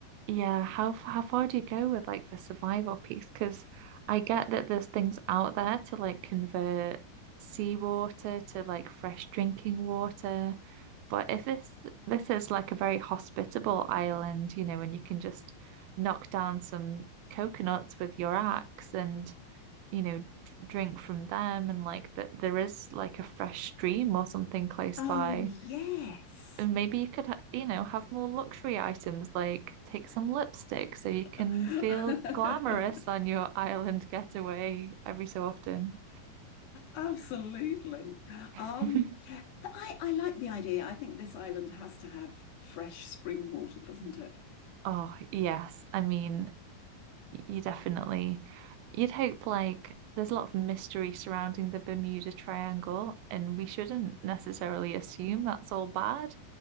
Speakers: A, on the right (about 85°); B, on the left (about 70°).
A: yeah, how f- how far do you go with like the survival piece? Because I get that there's things out there to like convert seawater to like fresh drinking water, but if this this is like a very hospitable island, you know, and you can just knock down some coconuts with your axe and you know d- drink from them, and like that there is like a fresh stream or something close
B: Oh,
A: by.
B: yes.
A: And maybe you could, ha- you know, have more luxury items like take some lipstick so you
B: <laughs>
A: can feel glamorous on your island getaway every so often.
B: Absolutely.
A: <laughs>
B: Um, I, I like the idea. I think this island has to have fresh spring water, doesn't it?
A: Oh, yes. I mean, y- you definitely, you'd hope like there's a lot of mystery surrounding the Bermuda Triangle, and we shouldn't necessarily assume that's all bad.